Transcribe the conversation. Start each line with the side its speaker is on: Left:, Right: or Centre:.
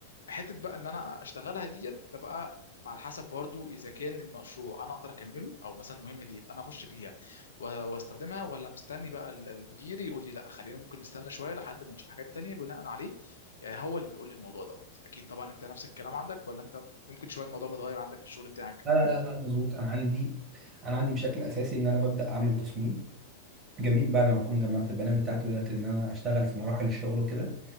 Left: حتة بقى ان انا اشتغلها ديت ده بقى على حسب برضو اذا كان المشروع انا اقدر اكمله او مثلا المهمه ديت انا اخش فيها و- واستخدمها ولا مستني بقى ال- المدير يقول لي لا خلينا ممكن نستنى شويه لحد ما نشوف حاجات تانية بناء عليه يعني هو اللي بيقول لي الموضوع دوت اكيد طبعا انت نفس الكلام عندك ولا انت ممكن شويه الموضوع متغير عندك في الشغل بتاعك
Right: لا لا لا، مظبوط انا عندي انا عندي بشكل اساسي ان انا ببدا اعمل تصميم جميل بعد ما اكون جمعت البيانات بتاعتي بدات ان انا اشتغل في مراحل الشغل وكده